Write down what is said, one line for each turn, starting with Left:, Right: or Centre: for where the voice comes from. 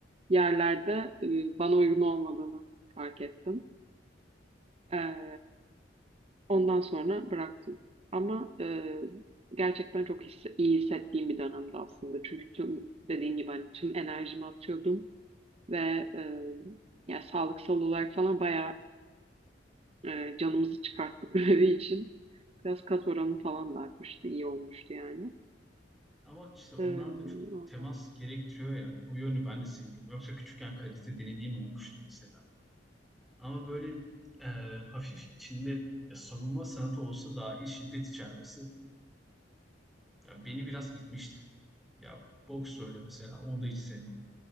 Right: yerlerde e, bana
Centre: Yani.
Right: uygun olmadığını fark ettim. Ee, Ondan sonra bıraktım. Ama e, gerçekten çok hisse- iyi hissettiğim bir dönemdi aslında. Çünkü tüm dediğin gibi hani tüm enerjimi atıyordum ve e, ya sağlıksal olarak falan bayağı e, canımızı çıkarttık <laughs> grevi için. Biraz kas oranı falan da artmıştı, iyi olmuştu yani.
Centre: Ama işte onlar
Right: E,
Centre: da çok
Right: ondan.
Centre: temas gerektiriyor ya. O yönü ben de sevmiyorum. Yoksa küçükken karate denediğim olmuştu mesela. Ama böyle e, hafif içinde ya savunma sanatı olsa dahi şiddet içermesi ya beni biraz itmişti. Ya boks öyle mesela. Onu da hiç sevmem.